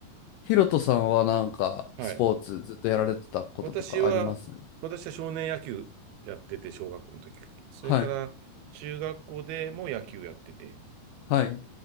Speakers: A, on the left; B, on the right.
A: ヒロトさんはなんか、
B: はい。
A: スポーツずっとやられてたこととかあります
B: 私は、私は少年野球やってて、小学校の時。それから、
A: はい。
B: 中学校でも野球やってて。
A: はい。